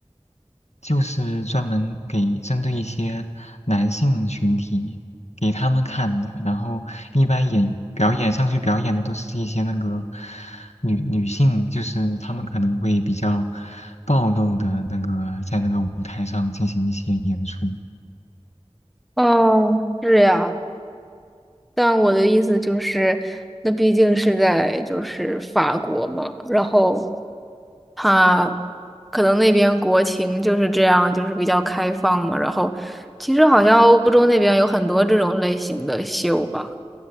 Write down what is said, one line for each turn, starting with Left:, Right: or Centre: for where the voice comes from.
Left: 就是专门给针对一些男性群体给他们看的，然后一般演表演上去表演的都是一些那个女女性，就是他们可能会比较暴露的那个在那个舞台上进行一些演出。
Centre: 哦，是呀，但我的意思就是，那毕竟是在就是法国嘛，然后他可能那边国情就是这样，就是比较开放嘛。然后其实好像欧洲那边有很多这种类型的秀吧，